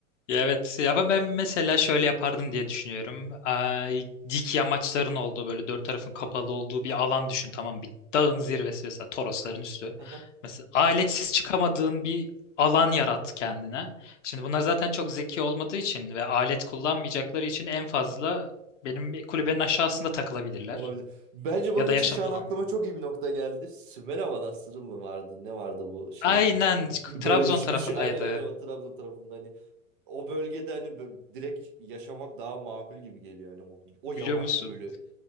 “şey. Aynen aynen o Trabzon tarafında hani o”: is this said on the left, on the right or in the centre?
Right